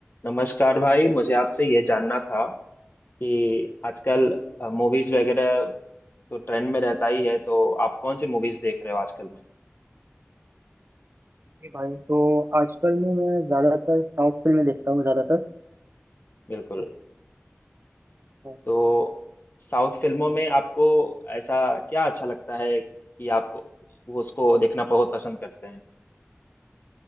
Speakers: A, on the left (about 45°); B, on the right (about 55°).
A: नमस्कार भाई मुझे आपसे ये जानना था कि आजकल मूवीज वगैरह तो ट्रेंड में रहता ही है तो आप कौन सी मूवीज देख रहे हो आजकल में
B: जी भाई तो आजकल में मैं ज़्यादातर साउथ फिल्में देखता हूँ ज़्यादातर
A: बिल्कुल
B: तो
A: तो साउथ फिल्मों में आपको ऐसा क्या अच्छा लगता है कि आप उसको देखना बहुत पसंद करते हैं